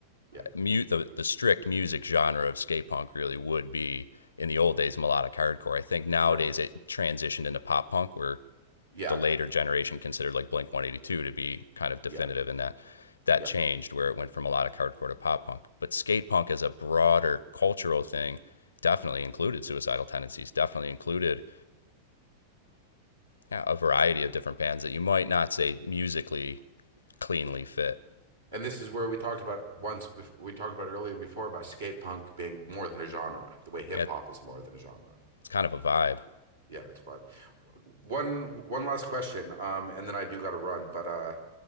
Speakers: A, on the right (about 75°); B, on the left (about 70°).
A: Yeah,
B: Mute the, the strict music genre of skate punk really would be in the old days melodic hardcore. I think nowadays
A: right.
B: it transitioned into pop punk, where
A: Yeah,
B: the later generation considered like Blink 182 to be kind of definitive
A: yeah,
B: in that that
A: yeah.
B: changed where it went from melodic hardcore to pop punk. But skate punk as a broader cultural thing definitely included suicidal tendencies, definitely included yeah, a variety of different bands that you might not say musically cleanly fit.
A: And this is where we talked about once we talked about earlier before about skate punk being more than a genre, the way hip
B: Yeah,
A: hop is more than a genre.
B: it's kind of a vibe.
A: Yeah, it's a vibe. One one last question, um, and then I do got to run. But uh,